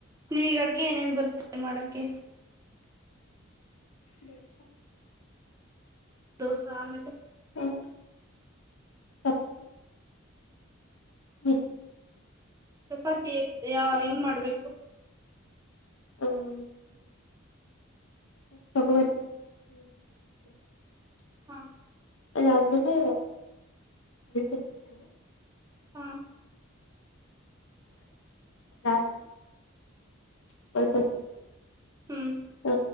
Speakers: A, on the right; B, on the left.
A: ನೀವ ಈಗ ಅಡ್ಗೆ ಏನೇನ್ ಬರುತ್ತೆ ಮಾಡಕ್ <unintelligible>
B: ದೋಸಾ <unintelligible>
A: ದೊಸಾ ಆಮೇಲೆ
B: ಹ ಚಪಾತಿ ಹ್ಮ
A: ಚಪಾತಿ ಯ ಹೆಂಗ್ ಮಾಡ್ಬೇಕು
B: ಆ <unintelligible>
A: ಹಾ
B: ಅದಾದ್ಮೇಲೆ <unintelligible>
A: ಹಾ
B: ಅದಾದ್ಮೇಲೆ ಸ್ವಲ್ಪಹೊತ್ತು ಬಿಟ್ಟು
A: ಹ್ಮ್
B: ಆ